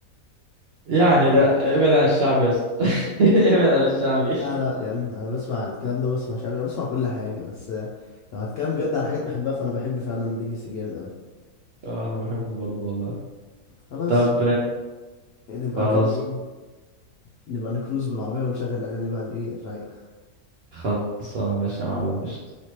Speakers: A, on the right (about 60°); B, on the left (about 85°).
A: يعني لا ابعد عن الشعب يا اسطى <laughs> ابعد عن الشعبي
B: لا لا يا عم انا بسمع الكلام ده بسمع شعبي انا بسمع كل حاجة بس آه، لو هتكلم بجد على حاجات بحبها فانا بحب فعلا ليجاسي جامد قوي
A: اه انا بحبه برضه والله
B: خلاص
A: طب
B: نبقى
A: خلاص
B: كده ايه نبقى نكروز بالعربية ونشغل اغاني بقى الايه الرايقة
A: خلاص انا ماشي يا معلم قشطة